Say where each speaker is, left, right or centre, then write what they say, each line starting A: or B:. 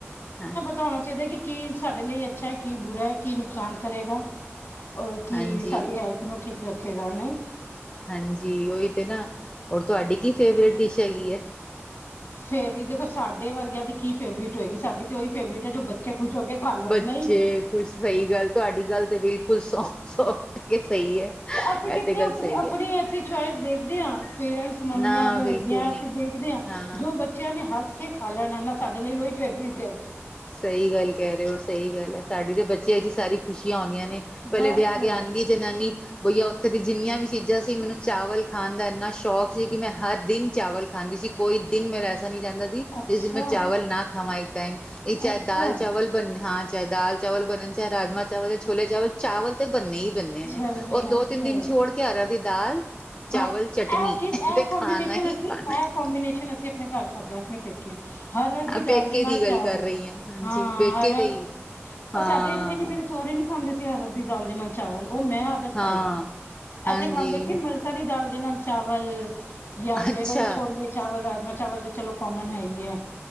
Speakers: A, on the left (about 25°); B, on the left (about 55°).
A: ਹਾਂ।
B: ਤੋਣਾ ਚਾਈਦੈ ਕਿ ਕੀ ਸਾਡੇ ਲਈ ਅੱਛਾ ਐ, ਕੀ ਬੁਰਾ ਐ। ਕੀ ਨੁਕਸਾਨ ਕਰੇਗਾ ਓਰ ਕੀ
A: ਹਾਂਜੀ
B: ਸਾਡੀ ਹੈਲਥ ਨੂੰ ਠੀਕ ਰੱਖੇਗਾ ਨਈ।
A: ਹਾਂਜੀ। ਓਹੀ ਤੇ ਨਾ, ਹੋਰ ਤੁਹਾਡੀ ਕੀ ਫੇਵਰੇਟ ਡਿਸ਼ ਹੈਗੀ ਏ?
B: ਫੇਵਰੇਟ ਦੇਖੋ ਸਾਡੇ ਵਰਗਿਆਂ, ਦੀ ਕੀ ਫੇਵਰੇਟ ਹੋਏਗੀ। ਸਾਡੀ ਤੇ, ਔਹੀ ਫੇਵਰੇਟ ਹੈ। ਜੋ ਬੱਚੇ ਖੁਸ਼ ਹੋ, ਕੇ ਖਾ ਲੈਂਣ,
A: ਬੱਚੇ
B: ਨਈਂ।
A: ਕੁਛ ਸਹੀ ਗੱਲ ਤੁਹਾਡੀ ਗੱਲ ਤੇ ਬਿਲਕੁਲ ਸੌ ਸੌ
B: ਅ,
A: ਟਕੇ ਸਹੀ ਹੈ
B: ਅਸੀਂ
A: ਇਹ
B: ਕਿੱਥੇ,
A: ਤੇ ਗੱਲ
B: ਅਪਣੀ।
A: ਸਹੀ
B: ਅਪਣੀ,
A: ਹੈ
B: ਅਸੀਂ ਚੋਇਸ ਦੇਖਦੇ ਆਂ। ਪੇਰੈਂਟਸ, ਮੰਮੀਆਂ
A: ਨਾ
B: ਜੋ
A: ਬਿਲਕੁਲ
B: ਹੈਗੀਆਂ
A: ਨਹੀਂ
B: ਅਸੀਂ ਦੇਖਦੇ ਆਂ।
A: ਹਾਂ
B: ਜੋ ਬੱਚਿਆਂ ਨੇ ਹੱਸ ਕੇ ਖਾਲੈਣਾ ਨਾ, ਸਾਡੇ ਲਈ, ਔ ਹੀ ਫੈਵਰਿਟ ਐ।
A: ਸਹੀ ਗੱਲ ਕਹਿ ਰਹੇ ਹੋ ਸਹੀ ਗੱਲ ਹੈ, ਸਾਡੀ ਤੇ ਬੱਚਿਆ ਚ ਹੀ, ਸਾਰੀ ਖੁਸ਼ੀਆਂ ਔਣ ਨੀਆ ਨੇ, ਪੈਲੇ
B: ਬਸ
A: ਵਿਆ ਕੇ ਆੰਦੀ ਏ ਜਨਾਨੀ, ਬਈ ਐ ਔਥੇ ਦੀ ਜਿੰਨੀਆਂ ਵੀ। ਚੀਜ਼ਾਂ ਸੀ। ਮੈਨੂੰ ਚਾਵਲ ਖਾਣ ਦਾ ਇੰਨਾ ਸ਼ੌਕ ਸੀ, ਕਿ ਮੈਂ, ਹਰ ਦਿਨ ਚਾਵਲ ਖਾਂਦੀ ਸੀ। ਕੋਈ ਦਿਨ ਮੇਰਾ ਐਸ। ਸਰੀ ਜਾਂਦਾ ਸੀ।
B: ਅੱਛਾ
A: ਜਿਸ ਦਿਨ ਮੈਂ, ਚਾਵਲ ਨਾ ਖਾਵਾਂ ਇੱਕ ਟਾਈਮ। ਇ ਚਾਏ
B: ਅੱਛਾ
A: ਦਾਲ ਚਾਵਲ ਬਣਨੇ ਹਾਂ। ਚਾਏ ਦਾਲ ਚਾਵਲ ਬਣਨ, ਚਾਏ ਰਾਜਮਾ ਚਾਵਲ ਯਾ ਛੋਲੇ ਚਾਵਲ, ਚਾਵਲ ਤੇ ਬੰਨੇ ਹੀ ਬੰਨਣੇ ਨੇ।
B: ਚੱਲਣੇ
A: ਔਰ ਦੋ,
B: ਅੱਛਾ
A: ਤਿੰਨ ਦਿਨ ਛੋੜ ਕੇ ਹਰਰ ਦੀ ਦਾਲ ਚਾਵਲ
B: ਹਾਂ,
A: ਚਟਨੀ
B: ਐ ਚੀਜ਼ ਐ
A: ਤੇ
B: ਕੋੰਬੀਨੇਸ਼ਨ
A: ਖਾਣਾ ਹੀ
B: ਅਸੀਂ,
A: ਖਾਣਾ
B: ਐ ਕੋਂਬੀਨੇਸ਼ਨ ਅਸੀ ਅਪਣੇ ਘਰ ਖਾਧਾ। ਅਪਣੇ ਪੇਕਿਆ, ਹਰਹਰ ਦੀ
A: ਪੇਕੇ
B: ਦਾਲ ਦੇ ਨਾਲ
A: ਦੀ ਗੱਲ
B: ਚਾਵਲ।
A: ਕਰ ਰਹੀ ਹਾਂ ਹਾਂਜੀ
B: ਹਾਂ,
A: ਪੇਕੇ
B: ਹਰਹਰ
A: ਤੇ ਹੀ ਹਾਂ
B: ਔਰ ਸਾਡੇ ਐਥੇ, ਨੀ ਮੇਰੇ ਸੋਹਰੇ ਨੀ, ਖਾਂਦੇ ਸੀ ਹਰਹਰ ਦੀ ਦਾਲ ਦੇ ਨਾਲ। ਓਹ ਮੈਂ, ਆਦਤ
A: ਹਾਂ,
B: ਪਾਈ।
A: ਹਾਂਜੀ,
B: ਐਥੇ ਖਾਂਦੇ ਸੀ ਮਲ ਕਦੀ ਦਾਲ ਦੇ ਨਾਲ ਚਾਵਲ ਯਾ
A: ਅੱਛਾ,
B: ਫੇਰ ਓਹੀ, ਛੋਲੇ ਚਾਵਲ, ਰਾਜਮਾ। ਚਾਵਲ ਤੇ ਚਲੋ ਕੋਮਨ ਹੈ, ਈ ਐ।